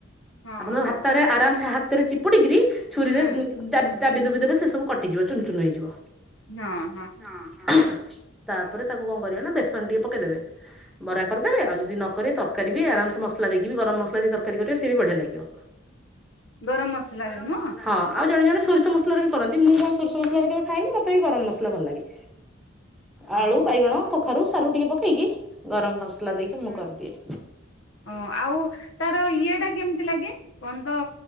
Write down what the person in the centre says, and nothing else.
ଆପଣଙ୍କ
ହାତରେ ଆରାମସେ ହା ସେଥିରେ ଚିପୁଡ଼ିକିରି ଛୁରୀରେ
ଦାବି ଦୁବି ଦେବେ ସେ ସବୁ କଟିଯିବ ଚୁନ୍ ଚୁନ୍ ହେଇଯିବ।
ହଁ ହଁ ହଁ ତାପରେ ତାକୁ କଣ କରିବେ ନା ବେସନ ଟିକେ ପକେଇଦେବେ ବରା କରିଦେବେ ଆଉ ଯଦି ନ କରିବେ ତର କରିବେ ଆରାମସେ ମସଲା ଦେଇକି ବି ଗରମ ମସଲା ଦେଇ ତରକାରୀ କରିବେ ସେ ବି ବଢିଆ ଲାଗିବ।
ଗରମ
ମସଲା ହଁ। ଆଉ ଜଣେ ଜଣ ସୋରିଷ ମସଲାରେ ବି କରନ୍ତି ମୁଁ କଣ ସରିଷସଲାରେ କେବେ ଖାଇନି ମତେ ବି ଗରମ ମସଲା ଭଲ ଲାଗେ। ଆଳୁ
ବାଇଗଣ କଖାରୁ ସାରୁ ଟିକେ ପକେଇକି ଗରମ ମସଲା ଦେଇକି ମୁଁ କରିଦିଏ।